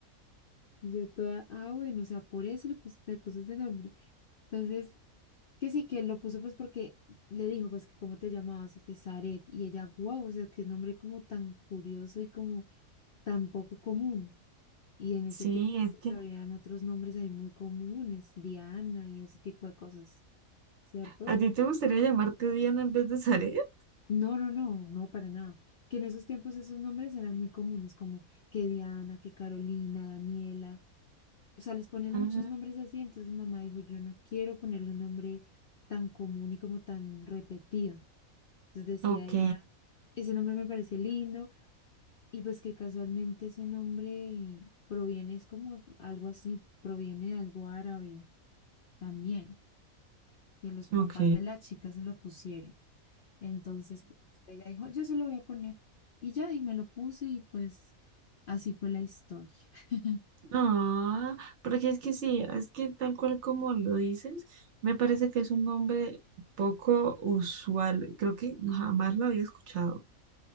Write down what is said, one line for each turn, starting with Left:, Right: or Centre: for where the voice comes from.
Left: yo toda, ah, bueno, o sea, por eso le pus- me puse ese nombre. Entonces, que sí, que lo puso pues porque le dijo, pues que cómo te llamabas, y que Zaret. Y ella, wow, o sea, qué nombre como tan curioso y como tan poco común. Y en ese
Right: Sí,
Left: tiempo
Right: es
Left: pues
Right: que
Left: habrían otros nombres ahí muy comunes, Diana y ese tipo de cosas, ¿cierto?
Right: a ti te gustaría llamarte Diana en vez de Zaret.
Left: No, no, no, no, para nada. Que en esos tiempos esos nombres eran muy comunes, como que Diana, que Carolina, Daniela. O sea, les ponían
Right: Ah,
Left: muchos nombres así. Entonces mi mamá dijo, yo no quiero ponerle un nombre tan común y como tan repetido. Entonces decía
Right: ok,
Left: ella, ese nombre me parece lindo y pues que casualmente ese nombre proviene, es como algo así, proviene de algo árabe también, que los papás
Right: ok.
Left: de la chica se lo pusieron. Entonces, pues, ella dijo, yo se lo voy a poner. Y ya, y me lo puse y pues así fue la historia. <laughs>
Right: No, porque es que sí, es que tal cual como lo dices, me parece que es un nombre poco usual. Creo que jamás lo había escuchado,